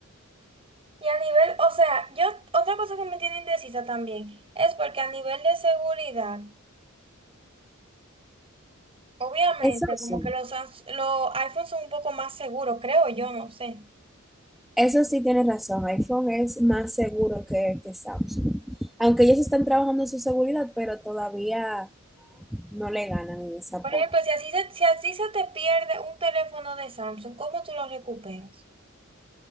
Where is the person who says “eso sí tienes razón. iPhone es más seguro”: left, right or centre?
Centre